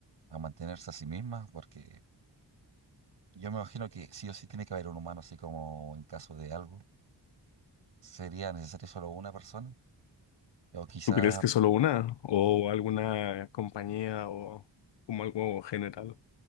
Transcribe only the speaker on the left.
¿Tú crees que solo una o alguna compañía o como algo general?